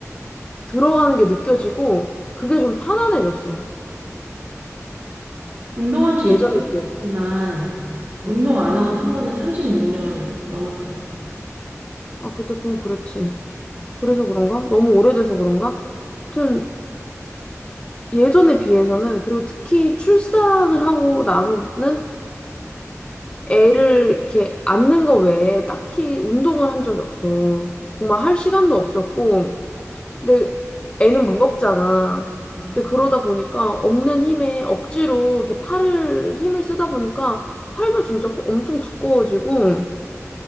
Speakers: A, on the left; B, on the right.
A: 들어가는 게 느껴지고, 그게 좀 편안해졌어.
B: 운동한 지
A: 예전에
B: 육 개월
A: 비해서.
B: 됐지만 운동
A: 어,
B: 안 하고 산 거는 36년 넘었잖아.
A: 아, 그때 그건 그렇지. 그래서 그런가? 너무 오래돼서 그런가? 하여튼, 예전에 비해서는 그리고 특히 출산을 하고 나서는 애를 이렇게 안는 거 외에 딱히 운동을 한 적이 없어. 정말 할 시간도 없었고, 근데 애는 무겁잖아.
B: 음.
A: 근데 그러다 보니까 없는 힘에 억지로 이렇게 팔을 힘을 쓰다 보니까 팔도 진짜 엄청 두꺼워지고